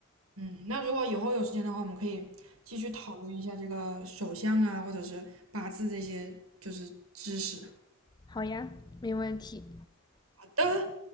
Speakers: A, on the right; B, on the left.
A: 嗯，那如果以后有时间的话，我们可以继续讨论一下这个手相啊，或者是八字这些就是知识。
B: 好呀，没问题。
A: 好的。